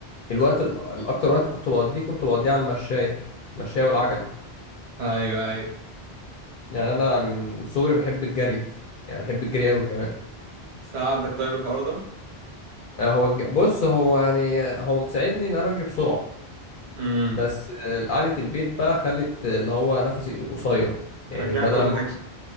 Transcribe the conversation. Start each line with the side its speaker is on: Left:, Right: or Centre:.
Left: الوقت ال- الاكتر وقت كنت بقضيه كنت بقضيه على المشاية المشاية والعجلة
Right: أيوه أيوه
Left: يعني انا من صغري بحب الجري يعني بحب الجري قوي كمان
Right: ساعدك طيب الحوار ده
Left: آه، هو الج... بص هو يعني هو مساعدني ان انا بجري بسرعه
Right: امم
Left: بس آه، قعده البيت بقى خلت اللي هو نفسي قصير يعني
Right: رجعك
Left: بدل
Right: كل
Left: ما
Right: حاجة